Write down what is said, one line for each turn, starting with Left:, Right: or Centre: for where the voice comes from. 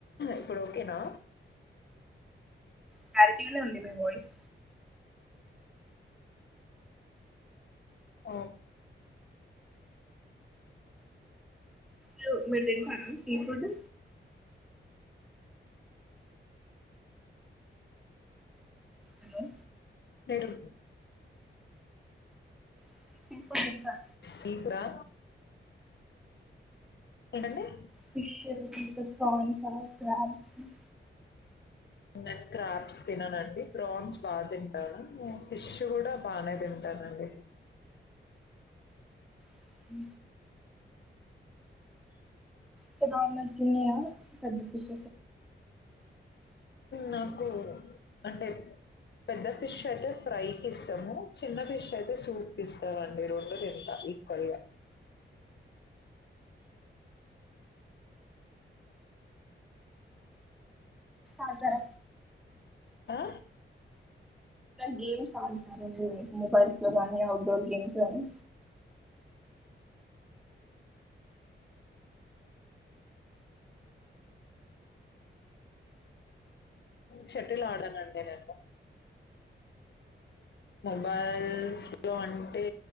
Left: ఇప్పుడు ఓకేనా
Centre: క్లారిటీనే ఉంది మీ వాయిస్
Left: ఆ
Centre: లో మెరుదే స్ఫుడ్ హలో
Left: నడు
Centre: కు
Left: సీకరా ఏంటండి
Centre: విష మ కన్ సార్ స
Left: నేను క్రాబ్ తిననుండి ప్రాన్స్ బాగా తింటాను ఫిష్ కూడా బానే తింటానండి
Centre: అ ప్ర నంచి కుస
Left: నాకు అంటే పెద్ద ఫిష్ అయితే ఫ్రైకి ఇష్టాము చిన్న ఫిష్ అయితే సూప్ ఇస్తామండి రెండు తింటా ఈక్వల్గా
Centre: అతార
Left: ఆ
Centre: గేమ్స్ ఆడత మొబైల్ చ ఔట్ డోర్ గేమ్స్ని
Left: షటిల్ ఆడానండి నేను మొబైల్స్లో అంటే